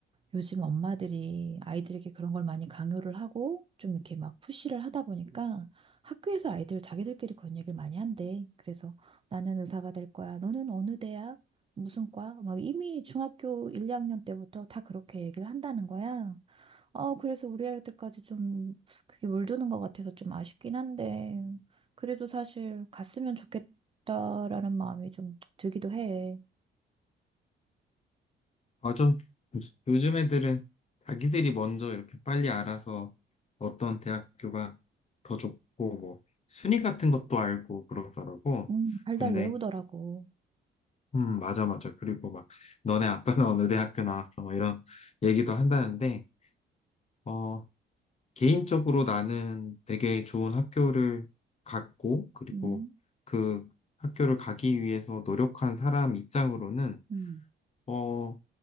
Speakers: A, on the right; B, on the left.
A: 요즘 엄마들이 아이들에게 그런 걸 많이 강요를 하고 좀 이렇게 막 푸시를 하다 보니까 학교에서 아이들 자기들끼리 그런 얘기를 많이 한대. 그래서 나는 의사가 될 거야. 너는 어느 대학? 무슨 과? 막 이미 중학교 1, 2학년 때부터 다 그렇게 얘기를 한다는 거야. 어, 그래서 우리 아이들까지 좀 그게 물드는 것 같아서 좀 아쉽긴 한데, 그래도 사실 갔으면 좋겠다라는 마음이 좀 들기도 해.
B: 아, 좀, 요즘 애들은 자기들이 먼저 이렇게 빨리 알아서 어떤 대학교가 더 좋고, 뭐, 순위 같은 것도 알고 그러더라고.
A: 음, 달달
B: 근데,
A: 외우더라고.
B: 음, 맞아, 맞아. 그리고 막, 너네 아빠는 어느 대학교 나왔어? 막 이런 얘기도 한다는데, 어, 개인적으로 나는 되게 좋은 학교를 갔고, 그리고
A: 음,
B: 그 학교를 가기 위해서 노력한 사람 입장으로는,
A: 음,
B: 어,